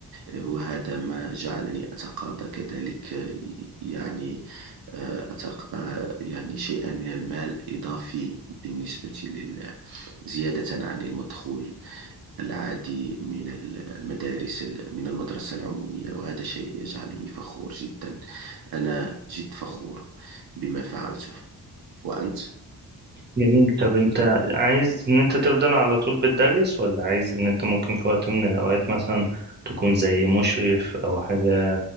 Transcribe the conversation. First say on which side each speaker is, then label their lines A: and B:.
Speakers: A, on the right (about 70°); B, on the right (about 25°).
A: آه، وهذا ما جعلني أتقاضى كذلك آه، يعني آه، أتق... آه، يعني شيئا من المال إضافي بالنسبة لل... زيادة عن المدخول العادي من المدارس من المدرسة العمومية وهذا شيء يجعلني فخور جدا أنا جد فخور بما فعلته وأنت؟
B: جميل طب أنت عايز إن أنت تفضل على طول بتدرس ولا عايز إن أنت ممكن في وقت من الأوقات مثلا تكون زي مشرف أو حاجة